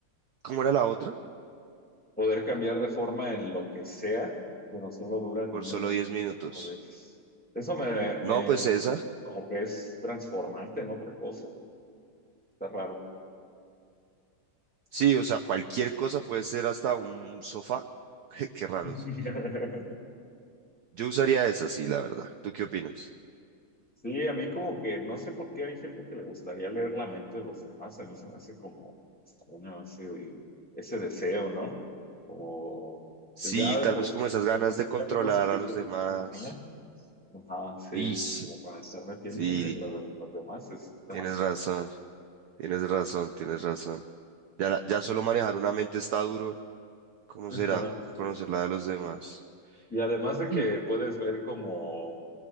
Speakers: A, on the right; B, in the centre.
A: ¿Cómo era la otra?
B: Poder cambiar de forma en lo que sea, pero solo dura
A: Por
B: 10
A: solo 10 minutos.
B: cada vez. Eso me,
A: No,
B: me
A: pues esa
B: como que es transformante en otra cosa. Está raro.
A: Sí, o sea, cualquier cosa puede ser hasta un sofá. <laughs> Qué raro,
B: <laughs>
A: sí. Yo usaría esa, sí, la verdad. ¿Tú qué opinas?
B: Sí, a mí como que no sé por qué hay gente que le gustaría leer la mente de los demás. A mí se me hace como extraño ese, ese deseo, ¿no? Como
A: Sí,
B: pues ya de
A: tal
B: por
A: vez
B: sí,
A: como esas ganas
B: de por
A: de
B: sí
A: controlar
B: ya tengo suficiente
A: a los demás.
B: con la mía. Ajá, sí,
A: Ish,
B: como para estar metiéndome
A: sí,
B: <laughs> en lo de los demás es demasiado.
A: tienes razón, tienes razón, tienes razón. Ya, la- ya solo manejar una mente está duro. ¿Cómo
B: Ajá,
A: será
B: sí.
A: conocer la de los demás?
B: Y además de
A: <clears throat>
B: que puedes ver como